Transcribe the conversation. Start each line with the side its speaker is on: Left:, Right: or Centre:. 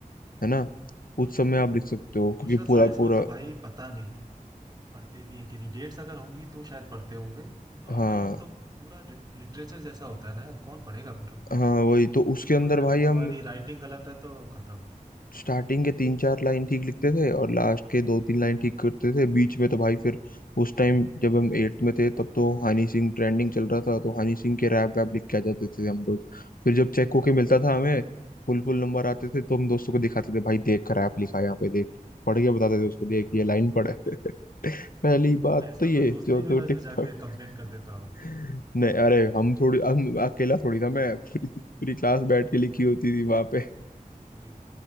Left: है ना उस सब में आप लिख सकते हो
Right: सोशल
Left: क्योंकि पूरा
Right: साइंस
Left: पूरा
Right: में तो भाई पता नहीं पढ़ते भी हैं कि नहीं डेट्स अगर होंगी तो शायद पढ़ते होंगे नॉर्मल
Left: हाँ
Right: तो पूरा लिटरेचर जैसा होता है ना यार कौन पढ़ेगा पूरा
Left: हाँ वही तो उसके
Right: ऊपर
Left: अंदर
Right: से
Left: भाई
Right: अगर तुम्हारी
Left: हम
Right: राइटिंग गलत है तो खत्म
Left: स्टार्टिंग के तीन चार लाइन ठीक लिखते थे और लास्ट के दो तीन लाइन ठीक करते थे बीच में तो भाई फिर उस टाइम जब हम एट्थ में थे तब तो हनी सिंह ट्रेंडिंग चल रहा था तो हनी सिंह के रैप वैप लिख के आ जाते थे हम लोग फिर जब चेक होके मिलता
Right: हाँ।
Left: था हमें फुल फुल नंबर आते थे तो हम दोस्तों को दिखाते थे भाई देख रैप लिखा है यहाँ पे देख पढ़ के बताते थे उसको देख ये लाइन पढ़े <laughs> पहली बात
Right: ऐसा
Left: तो ये
Right: कोई दोस्त
Left: जो
Right: नहीं मिला
Left: तो टिकटॉक
Right: जो जाके कंप्लेन कर देता हो
Left: <laughs> नहीं अरे हम थोड़ी हम अकेला थोड़ी था मैं पूरी पूरी क्लास बैठ के लिखी होती
Right: अच्छा
Left: थी वहां पे
Right: पूरी